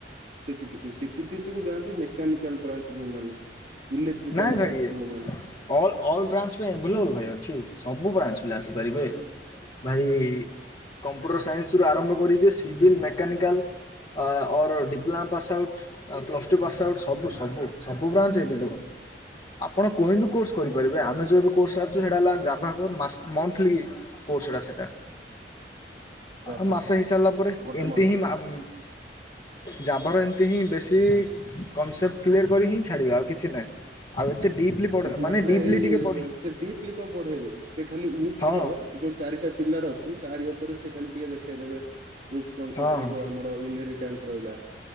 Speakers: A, on the right; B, on the left.
A: ସିଟିଟିସି କୁ ସିଟିଟିଶି କୁ ଯାନ୍ତି ମେକାନିକାଲ ବ୍ରାଞ୍ଚ ଯୋଉମାନେ। ଇଲେକ୍ଟ୍ରିକାଲ
B: ନାଇଁ ଭାଇ
A: ବ୍ରାଞ୍ଚ ଯୋଉ ମାନେ।
B: ଅଲ୍ ଅଲ୍ ବ୍ରାଞ୍ଚ ପାଇଁ ଆଭେଲେବୁଲ୍ ଭାଇ ଅଛି। ସବୁ ବ୍ରାଞ୍ଚ ପିଲା ଭାଇ ଆସିପାରିବେ। ଭାଇ କମ୍ପ୍ୟୁଟର ସାଇନ୍ସ ରୁ ଆରମ୍ଭ କରି ଯେ civil mechanical uh or diploma pass out. Plus two pass out ସବୁ ସବୁ ସବୁ ବ୍ରାଞ୍ଚ୍ ଏ। <unintelligible> ଆପଣ କୋହେନୂର୍ କୋର୍ସ କରିପାରିବେ। ଆମେ ଯଉ କୋର୍ସ ସାରିଚୁ ସେଇଟା ହେଲା ଜାଭା କୋର୍ସ ମାସ ମନ୍ଥଲି କୋର୍ସ ଟା ସେଟା।
A: ଜାଭା
B: ଆଉ ମାସେ ହେଇସାରିଲା ପରେ
A: ଗୋଟେ
B: ଏମତି
A: ମନ୍ଥରେ
B: ହିଁ ମାମ୍ ଜାଭା ର ଏମିତି ହିଁ ବେଶୀ କନସେପ୍ଟ କ୍ଲିୟର କରିକି ହିଁ ଛାଡିବେ ଆଉ କିଛି ନାହିଁ। ଆଉ ଏତେ ଡିପ୍ଲି
A: ବେସିକ୍
B: ପଢ଼
A: <unintelligible>
B: ମାନେ ଡିପ୍ଲି
A: ଏଇ
B: ଟିକେ ପଢ଼ି
A: ସେ ଡିପ୍ଲି କଣ ପଢେଇବେ ସେ ଖାଲି ଉକ୍ସ
B: ହଁ
A: ର ଯୋଉ ଚାରିଟା ପିଲାର ଅଛି ତାରି ଉପରେ ସେ ଖାଲି ଟିକେ ଦେଖେଇଦେବେ ଉକ୍ସ୍ କସେପ୍ଟ
B: ହଁ
A: ର
B: ହଁ
A: ଯୋଉ ଆମର ର ଇନରିଟାନ୍ସ ରହିଲା